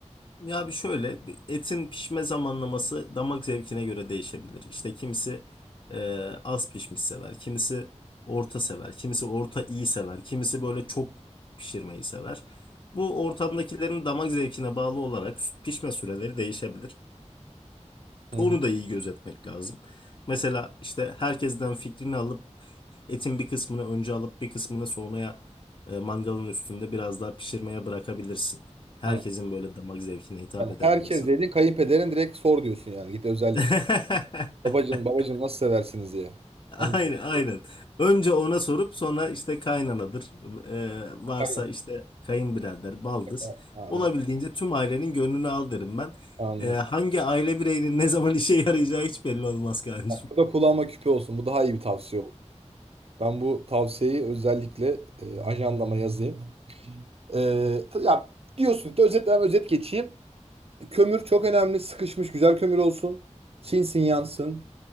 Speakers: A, on the left (about 45°); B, on the right (about 55°).
A: Ya bir şöyle bir etin pişme zamanlaması damak zevkine göre değişebilir. İşte kimisi e, az pişmiş sever, kimisi orta sever, kimisi orta iyi sever, kimisi böyle çok pişirmeyi sever. Bu ortamdakilerin damak zevkine bağlı olarak sü- pişme süreleri değişebilir.
B: Hı
A: Onu
B: hı.
A: da iyi gözetmek lazım. Mesela işte herkesten fikrini alıp etin bir kısmını önce alıp bir kısmını sonraya e, mangalın üstünde biraz daha pişirmeye bırakabilirsin. Herkesin
B: Ha.
A: böyle damak zevkine hitap
B: Yani
A: edebilmesi
B: herkes
A: adına.
B: dedin kayınpederin direkt sor diyorsun yani git özellik.
A: <laughs>
B: Babacığım babacığım nasıl seversiniz diye. Onu
A: Aynen
B: diyorsun.
A: aynen. Önce ona sorup sonra işte kaynanadır. Ee, varsa
B: Kayın.
A: işte kayınbirader, baldız.
B: Evet, Anladım.
A: Olabildiğince tüm ailenin gönlünü al derim ben.
B: Anladım.
A: Ee, hangi aile bireyinin ne zaman işe yarayacağı hiç belli olmaz kancım.
B: Bak, bu da kulağıma küpe olsun. Bu daha iyi bir tavsiye oldu. Ben bu tavsiyeyi özellikle e, ajandama yazayım. Ee, ta- ya diyorsun ki özetle ben özet geçeyim. Kömür çok önemli. Sıkışmış güzel kömür olsun. Çinsin yansın.